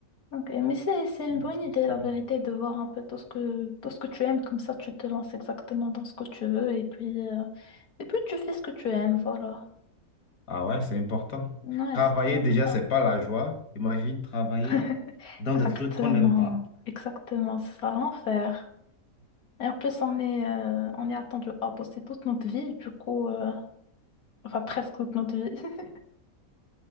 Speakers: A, on the left; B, on the left.
A: Ok, mais c'est c'est une
B: euh,
A: bonne idée,
B: ça-
A: la vérité, de voir un peu tout ce que tout ce que tu aimes, comme ça tu te lances exactement dans ce que tu veux et puis euh, et puis tu fais ce que tu aimes, voilà.
B: ah ouais, c'est important.
A: Ouais,
B: Travailler
A: c'est très important.
B: déjà, c'est pas la joie. Imagine travailler
A: <laughs>
B: dans
A: Exactement,
B: des trucs qu'on n'aime pas.
A: exactement, c'est ça l'enfer. Et en plus on est euh, on est attendu à bosser toute notre vie, du coup euh, enfin presque toute notre vie. <laughs>